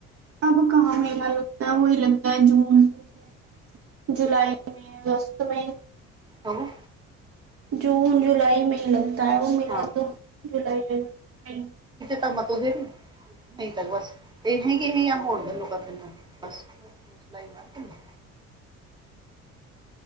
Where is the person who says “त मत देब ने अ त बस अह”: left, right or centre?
Right